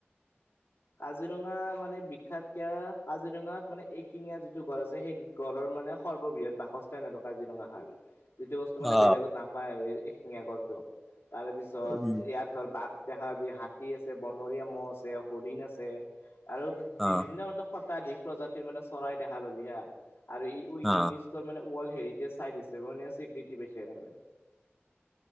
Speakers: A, on the left; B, in the centre.
A: কাজিৰঙা মানে বিখ্যাত কিয় কাজিৰঙাত মানে এশিঙীয়া যিটো গছ আছে সেই গড়ৰ মানে সৰ্ববৃহৎ বাসস্থা এনেকুৱা কাজিৰঙা হয় যিটো বস্তু মানে
B: অ
A: বেলেগত নাপায় এশিঙ আগৰটো তাৰপিছত
B: উম
A: ইয়াত ধৰ বাঘ দেখাাবি হাতী আছে বনৰীয়া মহ' আছে হৰিণ আছে আৰু বিভিন্ন
B: অ
A: শতাধিক প্ৰজাতিৰ মানে চৰাই দেখা পাব হা আৰু ই- উ-
B: অ
A: ইউনি ানে ৱৰ্ল্ড হেৰিটেজ চাইট হিাপে মে স্বীকৃতি পাইছে ত মে